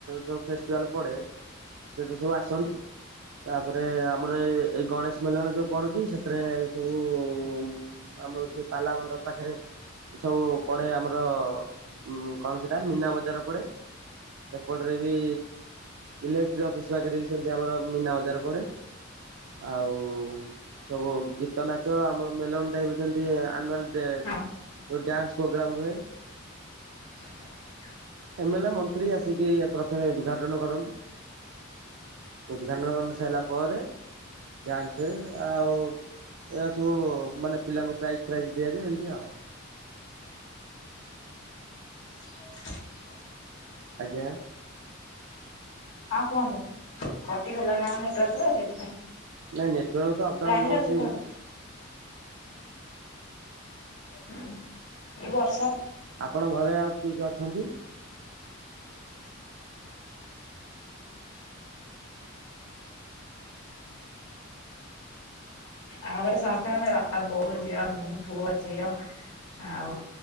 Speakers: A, on the right; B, on the left.
A: ଯୋଉ ଫେଷ୍ଟିଭାଲ ପଡେ ସେଇଥିରେ ସବୁ ଆସନ୍ତି, ତାପରେ ଆମର ଏ-ଏଇ ଗଣେଶ ମେଲଣ ଯୋଉ ପଡୁଛି, ସେଥିରେ ସବୁ ଉମ୍ ଆମର ସେ ପାଲା ମଣ୍ଡପ ପାଖରେ ସବୁ ପଡେ ଆମର ଉମ୍ କଣ ସେଇଟା, ମୀନା ବଜାର ପଡ଼େ। ଏପଟରେ ବି ଇଲେକ୍ଟ୍ରିକ୍ ଅଫିସ୍ ପାଖରେ ବି ସେମତି ଆମର ମୀନା ବଜାର ପଡ଼େ। ଆଉ ସବୁ ଗୀତ, ନାଚ ଆମର ମେଲଣ ଟାଇପର ଯେମତି ଅନୁଆଲ୍ ଡେରେ
B: ହଁ
A: ଯୋଉ ଡ୍ୟାନ୍ସ ପ୍ରୋଗ୍ରାମ ରୁହେ
B: <inaudible>
A: ଏମେ ଲେ ଏ ମନ୍ତ୍ରୀ ଆସିକି ପ୍ରଥମେ ଉଦ୍ଘାଟନ କରନ୍ତି। ଉଦ୍ଘାଟନ ହେଇସାରିଲା ପରେ ଡ୍ୟାନ୍ସ ଆଉ ଏହା ସବୁ ମାନେ ପିଲାଙ୍କୁ ପ୍ରାଇଜ ଫ୍ରାଇଜ୍ ଦିଆଯାଏ, ଏମିତି ଆଉ।
B: <inaudible>
A: ଆଜ୍ଞା?
B: ହଁ କୁହନ୍ତୁ କଟିଗଲା ନା କଣ ନେଟୱାର୍କ ତ ସେଇଥିପାଇଁ।
A: ନାଇଁ ନେଟୱାର୍କ ତ ଅପଡାଉନ
B: ଲାଇନ
A: ରହୁଛି।
B: ରେ ଅଛି କୁହନ୍ତୁ ହୁଁ ଏ ବର୍ଷା।
A: ଆପଣଙ୍କ ଘରେ ଆଉ କିଏ କିଏ ଅଛନ୍ତି?
B: ଆମ ଘରେ ସମସ୍ତେ ମାନେ ବାପା ବୋଉ ଝିଅ ମୁଁ ପୁଅ ଝିଅ। ଆଉ